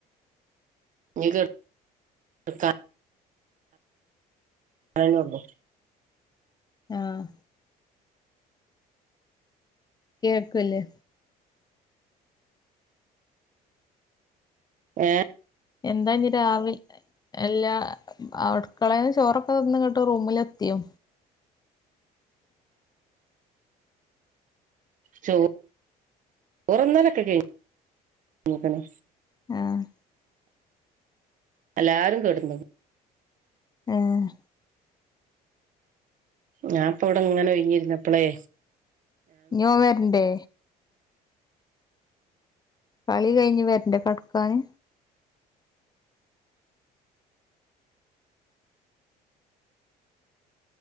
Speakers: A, on the right (about 55°); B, on the left (about 25°).
A: ഇഞ്ഞ് <unintelligible> അയന്നൊള്ളു
B: ആഹ് കേൾക്ക്ല്ലേ
A: ഏഹ്
B: എന്താഞ്ഞ് രാവില്തെ എല്ലാ അ മ് അട്ക്കളേന്ന് ചോറൊക്ക തിന്നങ്ങാട്ട് റൂമിലെത്തിയോ
A: ചോ ചോറ്ന്നലൊക്കെ കഴിഞ്ഞ്ക്ക്ണ്
B: ആഹ്
A: എല്ലാരും കെട്ന്നു
B: ഏഹ്
A: ഞാന്പ്പവടെങ്ങനെ ഒയിഞ്ഞ്ര്ന്നപ്പളേ
B: ഇഞ്ഞോൻ വെര്ന്റെ കളി കഴിഞ്ഞ് വെര്ന്റെ കട്ക്കാന്